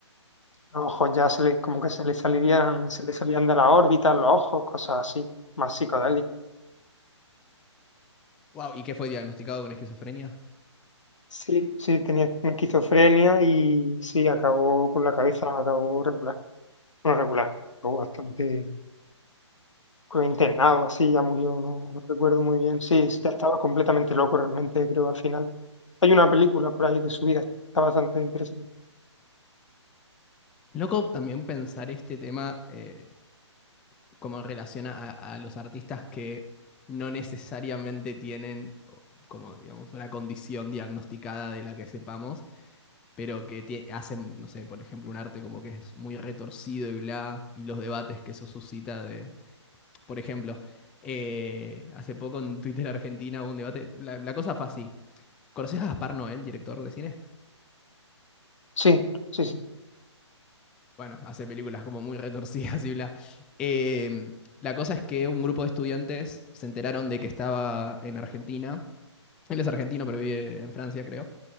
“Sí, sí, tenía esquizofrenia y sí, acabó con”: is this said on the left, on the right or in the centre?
Left